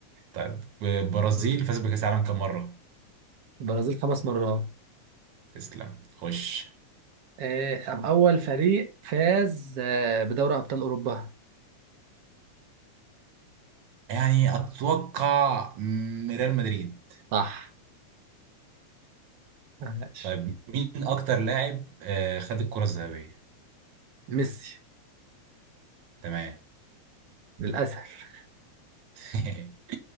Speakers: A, on the right; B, on the right.
A: طيب البرازيل فاز بكأس العالم كام مرة؟
B: البرازيل خمس مرات
A: تسلم خش
B: آه، طب أول فريق فاز آه، بدوري أبطال أوروبا
A: يعني أتوقع مم، ريال مدريد
B: صح ماشي
A: طيب مين اكتر لاعب آه، خد الكرة الذهبية
B: ميسي
A: تمام
B: للأسف
A: <laughs>